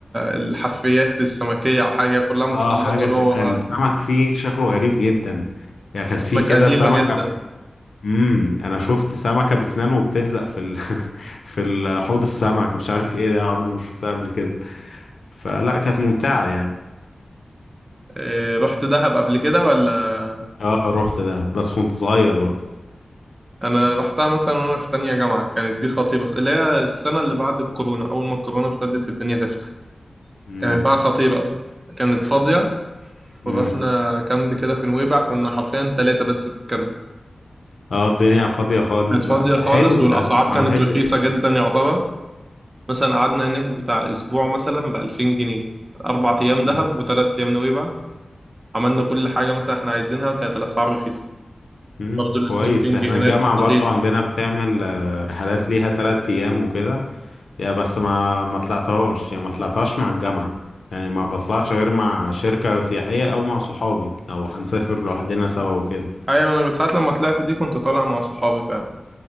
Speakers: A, on the right (about 30°); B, on the left (about 80°).
A: الحفريات السمكية أو حاجة كلها متحنطة
B: اه حاجة ك-
A: جوه
B: كان سمك فيه شكله غريب جدا يا كانت
A: أسماك
B: في كده
A: قديمة
B: سمكة
A: جدا
B: بس امم انا شفت سمكة بسنان وبتلزق في ال... <laughs> في ال- حوض السمك مش عارف ايه ده عمري ما شفتها قبل كده فلا كانت ممتعة يعني
A: إيه، رحت دهب قبل كده ولا
B: اه رحت ده بس كنت صغير برضو
A: أنا رحتها مثلا وأنا في تانية جامعة كانت دي خطيرة اللي هي السنة اللي بعد الكورونا أول ما الكورونا ابتدت الدنيا تفتح
B: امم
A: كانت بقى خطيرة كانت فاضية ورحنا
B: امم
A: كامب كده في نويبع كنا حرفيا ثلاثة بس في الكامب
B: اه الدنيا فاضية خالص
A: كانت
B: بقى
A: فاضية
B: فحلو
A: خالص والأسعار
B: ده انا
A: كانت
B: بحب
A: رخيصة
B: كده
A: جدا يعتبر مثلا قعدنا هناك بتاع أسبوع مثلا بألفين جنيه أربع أيام
B: مم.
A: دهب وثلاث أيام نويبع عملنا كل حاجة مثلا إحنا عايزينها وكانت الأسعار رخيصة
B: امم
A: برضه
B: كويس
A: السنوركينج
B: احنا
A: هناك
B: الجامعة برضو
A: خطير
B: عندنا بتعمل آه، رحلات ليها تلات ايام وكده يا بس ما ما طلعتهاش يعني ما طلعتهاش مع الجامعة يعني ما بطلعش غير مع شركة سياحية او مع صحابي لو هنسافر لوحدنا سوا وكده
A: أيوة أنا ساعات لما طلعت دي كنت طالع مع صحابي فعلا